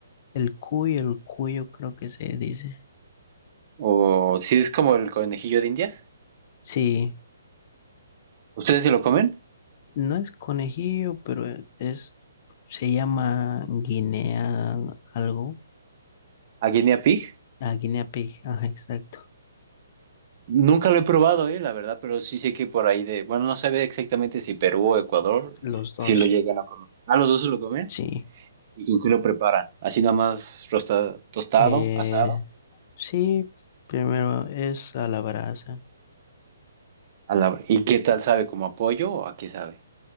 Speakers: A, on the left; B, on the right.
A: El cuy, el cuyo creo que se dice.
B: o si es como el conejillo de Indias,
A: Sí.
B: ¿ustedes se lo comen?
A: No es conejillo, pero e- es, se llama Guinea algo.
B: ¿A guinea pig?
A: Ah, Guinea Pig, ajá, exacto.
B: Nunca lo he probado, eh, la verdad, pero sí sé que por ahí de, bueno, no sabe exactamente si Perú o Ecuador,
A: Los dos,
B: si lo llegan a comer. ¿A los dos se lo comen?
A: sí.
B: ¿Y con qué lo preparan? Así nada más rosta- tostado,
A: Eh,
B: asado.
A: sí, primero es a la brasa.
B: a la- ¿Y qué tal sabe? ¿Como a pollo o a qué sabe?